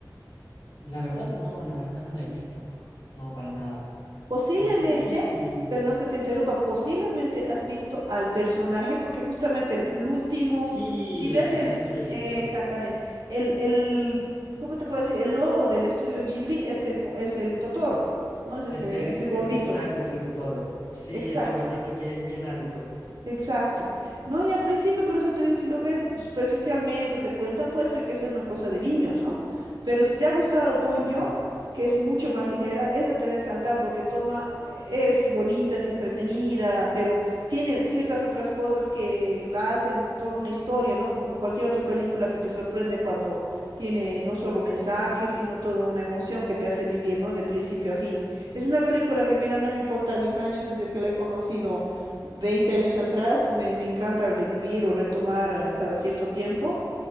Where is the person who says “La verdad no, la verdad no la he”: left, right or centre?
Left